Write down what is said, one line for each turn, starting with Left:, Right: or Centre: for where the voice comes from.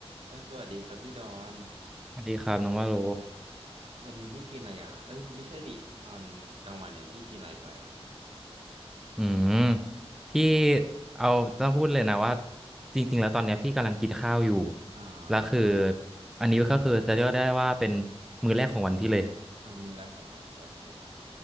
Right: เออสวัสดีครับพี่ดอน
Centre: สวัสดีครับน้องว่าโล
Right: วันนี้พี่กินอะไรอ่ะเอ้ยไม่ใช่ดิตอนกลางวันเนี่ยพี่กินอะไรไปอ่ะ
Centre: อืมพี่เอาต้องพูดเลยนะว่าจริงๆแล้วตอนเนี้ยพี่กำลังกินข้าวอยู่
Right: อ่า
Centre: แล้วคืออันนี้ก็คือจะเรียกได้ว่าเป็นมื้อแรกของวันพี่เลย
Right: อ่ามื้อแรกของวันโอเค